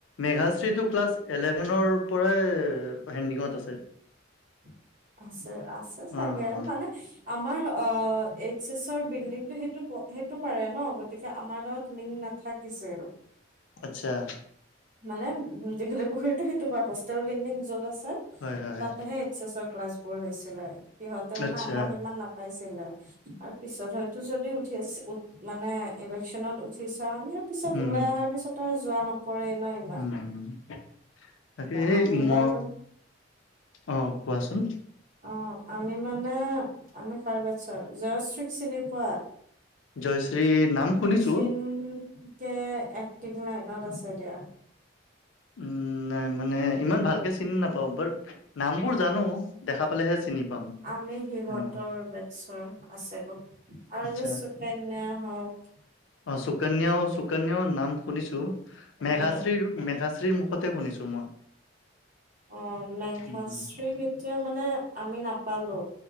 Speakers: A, on the left; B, on the right.
A: মেঘাশ্ৰীটো ক্লাছ এলেভেনৰ পৰাই হেডিঙত আছে।
B: <unintelligible> আছে। আছে। চাগে
A: অ অ
B: মানে আমাৰ অ, এইচ এচৰ বিল্ডিং টো সেই সেইটো পাৰে ন। গতিকে আমাৰ লগত লিংক নাথাকিছিল।
A: আচ্ছা',
B: মানে উ, দীঘলী পুখুৰীতো সেইটো বাৰু হোষ্টেল বিল্ডিং য'ত আছে।
A: হয় হয়
B: তাতেহে এইচ এছৰ ক্লাছ বোৰ হৈছিলে। সিহঁতে মানে
A: আচ্ছা
B: আমাক ইমান নাপাইছিলে। আৰু পিছত হয়তো যদি উঠি আছে। উত মানে ইলেকশ্যনত উঠিছা পিছত
A: উম
B: ওলাই অহাৰ পিছত আৰু যোৱা নপৰে ন ইমান
A: উম', তাকে এই
B: আমি
A: ম
B: বাৰু
A: অ, কোৱাচোন
B: অ', আমি মানে আমি কাৰ বেৰটৰ জাজ চিনি পোৱা
A: জয়শ্ৰী নাম শুনিছো
B: খিন মিন কে এক্টিং লাইনত আছে দিয়া।
A: উম', নাই, মানে ইমান ভালকে চিনি নাপাওঁ। বাট নামবোৰ
B: অ',
A: জানো। দেখা পালেহে চিনি পাম।
B: আমি সিহঁতৰ
A: তেনেকুৱা
B: বেটছৰ আছিলো আৰু
A: আচ্ছা
B: যে কেন্না হক
A: অ', সুকন্যও সুকন্যও নাম শুনিছো। মেঘাশ্ৰীৰ
B: উম
A: মেঘাশ্ৰীৰৰ মুখতে শুনিছো মই।
B: অ মেঘাশ্ৰীক
A: উম
B: এতিয়া মানে আমি নাপ পালো